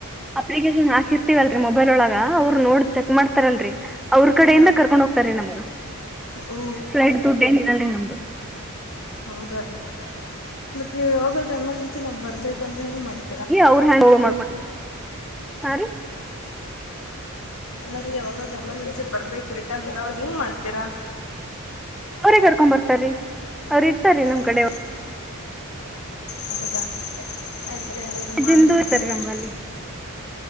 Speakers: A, in the centre; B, on the left.
A: ಅಪ್ಲಿಕೇಶನ್ ಹಾಕಿರ್ತೀವಲ್ರರಿ ಮೊಬೈಲ್ ಒಳಗ ಅವ್ರು ನೋಡ್- ಚೆಕ್ ಮಾಡ್ತಾರಲ್ರರಿ ಅವ್ರ ಕಡೆಯಿಂದ
B: ಹಾ
A: ಕರ್ಕೊಂಡ್ ಹೋಗ್ತಾರೀ ನಮ್ಗ
B: ಓ
A: ಪೈಲಟ್ ದುಡ್ ಏನ್ ಇಲ್ಲಲ್ರಿ ನ್ದು
B: ಹೌದಾ ರೀ ಬಟ್ ನೀವ್ ಯಾವಾಗಾದ್ರೂ ಎಮರ್ಜೆನ್ಸಿ ನಾವು ಬರ್ಬೇಕಂದ್ರೆ ಹೆಂಗ ಮಾಡ್ವಿ
A: ಅವರು ಹ್ಯಾಂಗ್ ಓವರ್ ಮಾಡ್ಕೊಂಡ ಸ ರೀ
B: ಅಲ್ಲ ರೀ ಯಾವಾಗ ಎಮರ್ಜೆನ್ಸಿ ಬರ್ಬೇಕು ರಿಟರ್ನ್ಂದ ಅವಾಗ ಹಿಂಗ ಮಾಡ್ತೀರಾ
A: ಅವ್ರಿಗೆ ಕರ್ಕೊಂಡ್ ಬರ್ತಾರೀ ಅವ್ರ ಇರ್ತಾರೀ ನಮ್
B: ಹ್ಮ್
A: ಕಡೆ
B: ಹೌದಾ ಆಯ್ತ್ರಿ ಹಂಗ ಅ ಮಾಡ್ರರಿ
A: ಜಿಂದು ಇರ್ತಾರೀ
B: ಏನಾದರುೂ
A: ನಮ್ಗ ಅಲ್ಲಿ